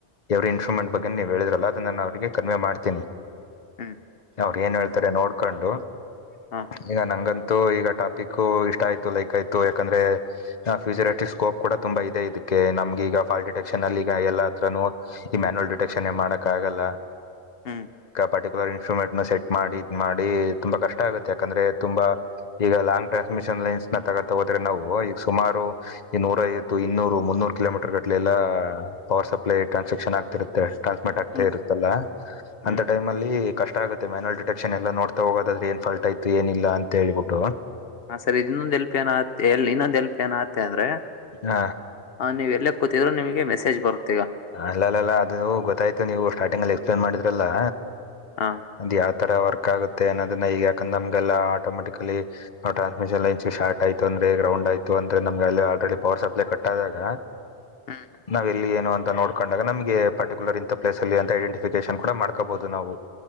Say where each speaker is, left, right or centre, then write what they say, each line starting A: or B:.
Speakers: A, on the left; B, on the left.
A: ಎವ್ರ ಇನ್ಸ್ಟ್ರಮೆಂಟ್ ಬಗ್ಗೆ ನೀ ಹೇಳಿದ್ರಲ್ಲ ಅ ನಾನು ಅವರಿಗೆ ಕನ್ಮೆ ಮಾಡ್ತೀನಿ.
B: ಹ್ಮ್
A: ಅವ್ರ ಏನ್ ಹೇಳ್ತಾರೆ ನೋಡ್ಕೊಂಡು.
B: ಹ್ಮ್
A: ಈಗ ನಂಗಂತೂ ಈಗ ಟಾಪಿಕ್ ಇಷ್ಟ ಆಯ್ತು ಲೈಕ್ ಆಯ್ತು ಯಾಕಂದ್ರೆ. ಆ ಫ್ಯಚರಟ್ರಿ ಸ್ಕೋಪ್ ಕೂ ತುಂಬಾ ಇದೆ ಇದಕ್ಕೆ ನಮಗೆ ಈಗ ಫಾಲ್ ಡಿಟೆಕ್ಷನ್ ಅಲ್ಲಿ ಈಗ ಎಲ್ಲ ಹತ್ರನೂ. ಈ ಮ್ಯನ್ಯುವಲ್ ಡಿಟೆಕ್ಷನ್ ಏನ್ ಮಾಡಕ್ ಆಗಲ್ಲ.
B: ಹ್ಮ್
A: ಪರ್ಟಿಕ್ಯುಲರ್ ಇನ್ಸ್ಟ್ರೂಮೆಂಟ್ ನ ಸೆಟ್ ಮಾಡಿ ಇದ ಮಾಡಿ ತುಂಬಾ ಕಷ್ಟ ಆಗುತ್ತೆ ಯಾಕಂದ್ರೆ ತುಂಬಾ. ಈಗ ಲಾಂಗ್ ಟ್ರನ್ಸ್ಮಿಷನ್ ಲೈನ್ಸ್ ತಕೊಂತ ಹೋದೆ ನಾವು ಈಗ ಸುಮಾರು ಈ ನೂರ. ಇನ್ನೂರು ಮುನ್ನೂರು ಕಿಲೋಮೀಟರ್ ಗಟ್ಲೆ ಎಲ್ಲಾ. ಪವರ್ ಸಪ್ಲೈ ಟ್ರಾನ್ಸಿಕ್ಷನ್ ಆಗ್ತಿರುತ್ತ ಟ್ರಾನ್ಸ್ಮಿಟ್
B: ಹ್ಮ್
A: ಆಗ್ತಾ ಇರುತ್ತಲ್ಲ ಅಂತ
B: ಹ್ಮ್ ಹ್ಮ್
A: ಟೈಮ್ ಅಲ್ಲಿ ಕಷ್ಟ ಆಗುತ್ತೆ ಮ್ಯಾನಯಲ್ ಡಿಟಕ್ಷನ್ಲ್ಲಯೆಲ್ಲಾ ನೋಡ್ತಾ ಹೋಗೋದ್ರಾದ್ರೆ ಏನ್ ಫಾಲ್ಟ್ ಅಯ್ತೆ ಅಂತೇಳ್ಬಿಟ್ಟು.
B: ಹ ಸರಿ ಇ ಇನ್ನೊಂದ್ ಎಲ್ಪ್ ಏನ ಇನ್ನೊಂದ್ ಎಲ್ಪ ಏನಆತ್ತ ಅಂತ ಅಂದ್ರೆ.
A: ಹ
B: ಹಾ ನೀವು ಎಲ್ಲೇ ಕೂತಿದರು ನಿಮಗೆ ಮೆಸೇಜ್ ಬರುತ್ತೆ ಈಗ.
A: ಅಲ್ಲ ಅಲ್ಲಾ ಅದು ಗೊತ್ತಾಯ್ತು ನೀವು ಸ್ಟಾರ್ಟಿಂಗ್ ಅಲ್ಲಿ ಎಕ್ಸ್ಪ್ಲೇನ್ ಮಾಡಿದ್ರಲ್ಲಾ.
B: ಹಾ
A: ಅಂದ್ ಯಾವ ತರ ವರ್ಕ್ ಆಗುತ್ತೆ ಅನ್ನೋದನ್ನ ಈಗ. ನಮಗೆಲ್ಲ ಆಟೋಮೆಟಿಕಲಿವು ಟ್ರನ್ಸ್ಮಿಷನ್ ಲೈನ್ ಶಾರ್ಟ್. ಆಯ್ತು ಅಂದ್ರೆ ಗ್ರೌಂಡ್ ಆಯ್ತ ಅಂದ್ರೆ ನಮ್ಮಗೆ ಅಲ್ಲಿ ಆಲ್ರಡಿ ಪವರ್ ಸಪ್ಲೈ ಕಟ್ ಆದಾಗ.
B: ಹ್ಮ
A: ನಾವು ಎಲ್ಲಿ ಏನು ಅಂತ ನೋಡಕೊಂಡಾಗ ನಮಗೆ ಪರ್ಟಿಕ್ಯುಲರ್ ಇಂಥ ಪ್ಲೇಸ್ ಅಲ್ಲಿ ಅಂತ ಐಡೆಂಟಿಫಿಕೇಶನ್ ಕಡೂ ಮ ಮಾಡಕೋಬಹುದು ನಾವು.